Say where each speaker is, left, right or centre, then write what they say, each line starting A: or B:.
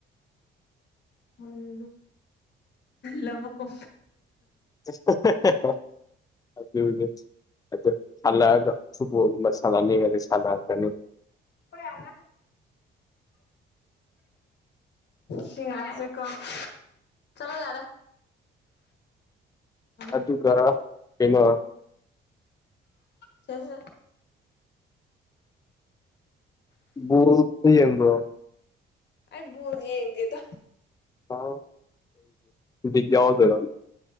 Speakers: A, on the left; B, on the left.
A: ꯃꯅꯦ ꯂꯕ ꯀ
B: <unintelligible> ꯑꯗꯨꯗꯤ ꯑꯗꯨ ꯍꯜꯂꯛꯑꯒ ꯐꯨꯠꯕꯣꯜꯒꯨꯝꯕ ꯁꯥꯟꯅꯅꯉꯗꯤ ꯁꯥꯟꯅꯑꯀꯅꯤ
A: ꯍꯣꯏ ꯌꯥꯅ ꯁꯤꯉꯁꯦ ꯀ ꯆꯂꯣ ꯌꯥꯔꯦ ꯎꯝ
B: ꯑꯗꯨꯒ ꯀꯩꯅꯣ
A: ꯆꯦ
B: ꯕꯨ ꯌꯦꯡꯕ꯭ꯔꯣ
A: ꯑꯩꯕꯨ ꯌꯦꯡꯗꯤꯦꯗꯣ
B: ꯍ ꯍꯩ ꯌꯥꯎꯗꯔ